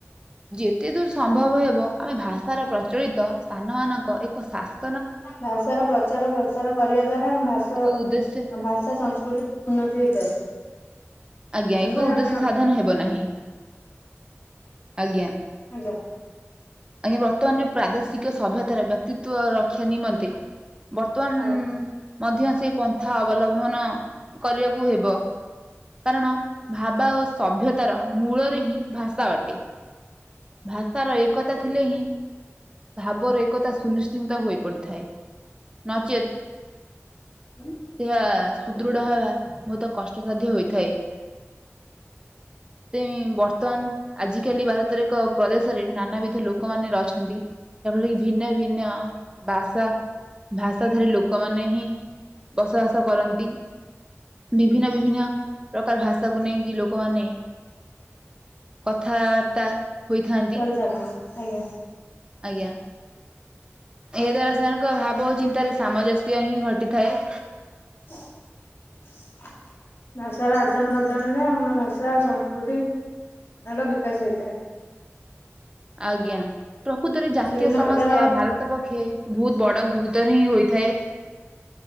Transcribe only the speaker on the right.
ଯେତେ ଦୂର ସମ୍ଭବ ହେବ ଆମେ ଭାଷାର ପ୍ରଚଳିତ ସ୍ଥାନମାନଙ୍କ ଏକ ଶାସ୍
ଏକ ଉଦ୍ଦେଶ୍ୟ
ଆଜ୍ଞା
ଏକ ଉଦ୍ଦେଶ୍ୟ
ସାଧନ ହେବ ନାହିଁ। ଆଜ୍ଞା
ଆଜ୍ଞା ବର୍ତ୍ତମାନରେ ପ୍ରାଦେଶିକ ସଭ୍ୟତାର ବ୍ୟକ୍ତିତ୍ବ ରକ୍ଷା ନିମନ୍ତେ ବର୍ତ୍ତମାନ
ମଧ୍ୟ ସେଇ ପନ୍ଥା ଅବଲମ୍ବନ କରିବାକୁ ହେବ। କାରଣ ଭାବା ଓ ସଭ୍ୟତାର ମୂଳରେ ହିଁ ଭାଷା ଅଟେ। ଭାଷାର ଏକତା ଥିଲେ ହିଁ। ଭାବରରେ ଏକତା ସୁନିଶ୍ଚିନ୍ତ ହୋଇ ପଡିଥାଏ। ନଚେତ୍
ସେହା ସୁଦୃଢ
ହେବା ବହୁତ କଷ୍ଟସାଧ୍ୟ ହୋଇଥାଏ। ତ ବର୍ତ୍ତମାନ ଆଜିକାଲି ଭାରତର ଏକ ପ୍ରଦେଶରେ ନାନାବିଧ ଲୋକ ଲୋକମାନେ ଅଛନ୍ତି ଯାହାଫଳରେ କି ଭିନ୍ନ ଭିନ୍ନ ଭାଷା ଭାଷା ଧାରି ଲୋକମାନେ ହିଁ ବସବାସ କରନ୍ତି। ବିଭିନ୍ନ ବିଭିନ୍ନ ପ୍ରକାର ଭାଷାକୁ ନେଇକି ଲୋକମାନେ କଥାବାର୍ତ୍ତା ହୋଇଥାନ୍ତି।
ଆଜ୍ଞା ଏହା ଦ୍ୱାରା ସେମାନଙ୍କ ଭାବ ଓ ଚିନ୍ତାରେ ସାମଞ୍ଜସ୍ୟ ହିଁ ଘଟିଥାଏ।
ଆଜ୍ଞା ପ୍ରକୃତରେ ଜାତୀୟ
ସମସ୍ୟା
ଭାରତ ପକ୍ଷେ ବହୁତ ବଡ଼ ଗୁରୁତର ହିଁ ହୋଇଥାଏ।